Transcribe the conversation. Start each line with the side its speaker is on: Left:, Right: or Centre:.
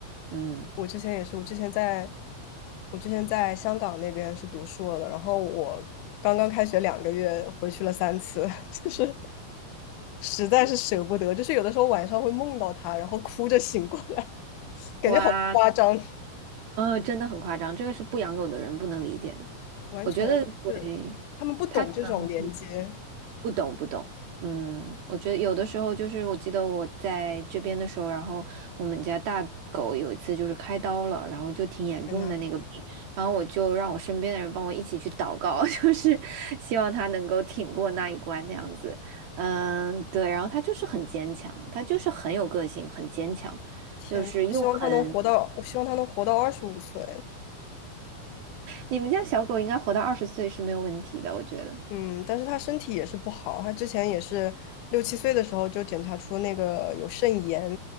Right: 嗯，
Left: 我之前也是，我之前在，我之前在香港那边是读硕的，然后我刚刚开学两个月，回去了三次，<laughs> 就是实在是舍不得，就是有的时候晚上会梦到他，然后哭着醒过来，<laughs> 感觉好夸张，
Right: 哇，嗯，真的很夸张，这个是不养狗的人不能理解的。
Left: 完全是他们不懂这种连接。
Right: 我觉得，对，他可能。不懂不懂，嗯，我觉得有的时候就是，我记得我在这边的时候，然后我们家大狗有一次就是开刀了，然后就挺严重的那个病，
Left: 天呐，
Right: 然后我就让我身边的人帮我一起去祷告，<laughs> 就是希望它能够挺过那一关那样子，嗯，对，然后它就是很坚强，它就是很有个性，很坚强，
Left: 天呐，
Right: 就是又很，
Left: 我希望他能活到，我希望他能活到二十五岁。
Right: 你们家小狗应该活到二十岁是没有问题的，我觉得。
Left: 嗯，但是他身体也是不好，他之前也是六七岁的时候就检查出那个有肾炎、